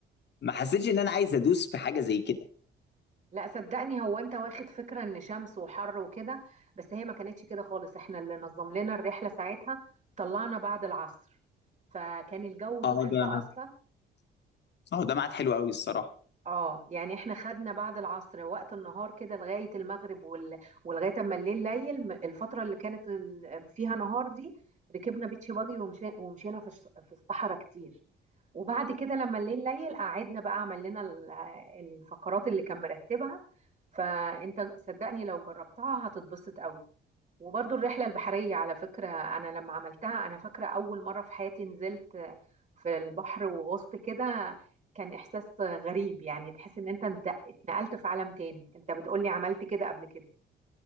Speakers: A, on the left; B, on the right.
A: ما حسيتش ان انا عايز ادوس في حاجه زي كده
B: لا صدقني هو انت واخد فكرة ان شمس وحر وكده بس هي ما كانتش كده خالص احنا اللي نظم لنا الرحلة ساعتها طلعنا بعد العصر فكان الجو تحفة
A: اه ده ده
B: اصلا
A: اه ده ميعاد حلو قوي الصراحه
B: اه يعني احنا خدنا بعد العصر وقت النهار كده لغاية المغرب وال... ولغاية اما الليل ليل م- الفترة اللي كانت ال- فيها نهار دي ركبنا بيتش باجي ومشي... ومشينا في الش... في الصحراء كتير وبعد كده لما الليل ليل قعدنا بقى عمل لنا ال- الفقرات اللي كان مرتبها فانت صدقني لو جربتها هتتبسط قوي وبرضو الرحلة البحرية على فكرة أنا لما عملتها أنا فاكرة أول مرة في حياتي نزلت في البحر وغصت كده كان إحساس غريب يعني تحس إن أنت انت- اتنقلت في عالم تاني أنت بتقولي عملت كده قبل كده